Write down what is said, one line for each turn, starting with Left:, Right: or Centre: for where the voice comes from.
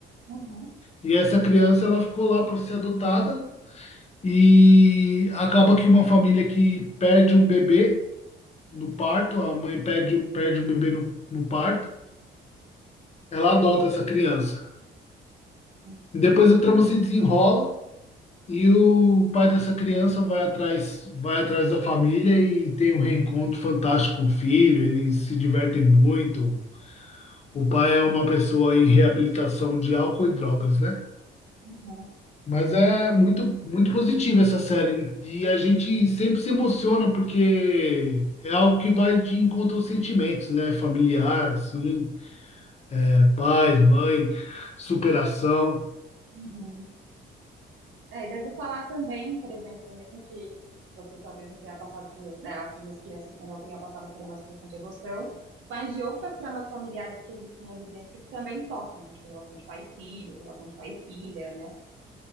Right: uhum,
Left: E essa criança ela ficou lá para ser adotada e acaba que uma família que perde um bebê no parto, a mãe perde, perde um bebê no, no parto, ela adota essa criança.
Right: uhum,
Left: Depois a trama se desenrola e o pai dessa criança vai atrás, vai atrás da família e tem um reencontro fantástico com o filho, eles se divertem muito. O pai é uma pessoa em reabilitação de álcool e drogas, né?
Right: uhum,
Left: Mas é muito, muito positiva essa série. E a gente sempre se emociona porque é algo que vai de encontro aos sentimentos, né? Familiar, assim, é, pai, mãe, superação.
Right: uhum. É, e deve falar também, por exemplo, mesmo que você talvez não tenha passado por, né, as pessoas que assistem não tenham passado por uma situação de adoção, mas de outras tramas familiares que existem ali dentro que também tocam, né? Tipo, relação de pai e filho, relação de pai e filha, né?